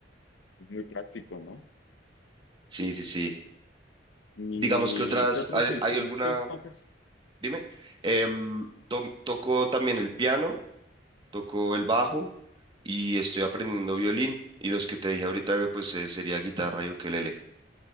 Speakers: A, on the left; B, on the right.
A: Es muy práctico, ¿no?
B: Sí, sí, sí.
A: ¿Y
B: Digamos que otras,
A: qué otros
B: ¿hay,
A: instrumentos
B: hay alguna?
A: tocas?
B: Dime. Em, to- toco también el piano, toco el bajo y estoy aprendiendo violín. Y los que te dije ahorita, pues eh, sería guitarra y ukelele.